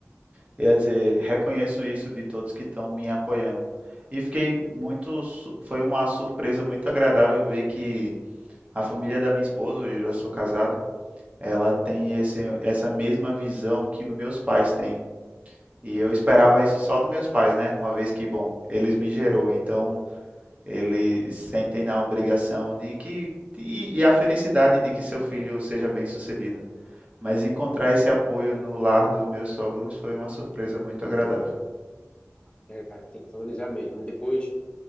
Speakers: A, on the right; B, on the left.
A: quer dizer, reconheço isso de todos que estão me apoiando. E fiquei muito, su- foi uma surpresa muito agradável ver que a família da minha esposa, hoje eu já sou casado, ela tem esse, essa mesma visão que os meus pais têm. E eu esperava isso só dos meus pais, né? Uma vez que, bom, eles me gerou, então eles sentem na obrigação de que, e e a felicidade de que seu filho seja bem-sucedido. Mas encontrar esse apoio no lar dos meus sogros foi uma surpresa muito agradável.
B: É, cara, tem que valorizar mesmo. E depois